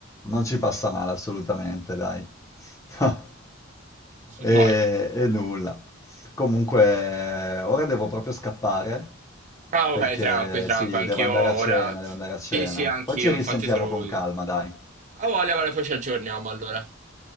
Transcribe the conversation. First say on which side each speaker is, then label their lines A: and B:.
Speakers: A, on the left; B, on the right.
A: Non ci passa male assolutamente, dai. <laughs> E,
B: Boh.
A: e nulla. Comunque, ora devo proprio scappare
B: Ah,
A: perché
B: ok, tranqui, tranqui,
A: sì,
B: anch'io
A: devo andare
B: ora.
A: a cena, devo andare a cena.
B: Sì, sì, anch'io,
A: Poi ci risentiamo
B: infatti te lo volevo
A: con
B: dire.
A: calma, dai.
B: Ah, voglia, ma poi ci aggiorniamo allora.